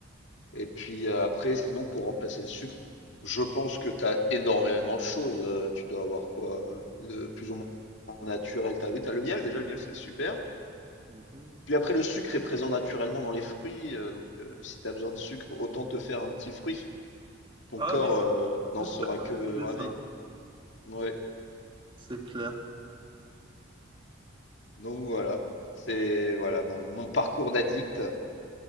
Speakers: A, on the left; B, on the right.
A: Et puis euh, après, sinon, pour remplacer le sucre, je pense que tu as énormément de choses. Euh, tu dois avoir quoi? euh, De plus ou moins naturel. T'as, oui, tu as le miel, déjà, le miel, c'est super.
B: Mhm.
A: Puis après, le sucre est présent naturellement dans les fruits. euh, donc euh, si tu as besoin de sucre, autant te faire un petit fruit. Ton
B: Ah
A: corps
B: oui,
A: euh, n'en
B: J'espère
A: sera
B: pas
A: que
B: maîtriser
A: ravi.
B: ça,
A: Ouais,
B: c'est clair.
A: donc voilà. C'est voilà mon, mon parcours d'addict.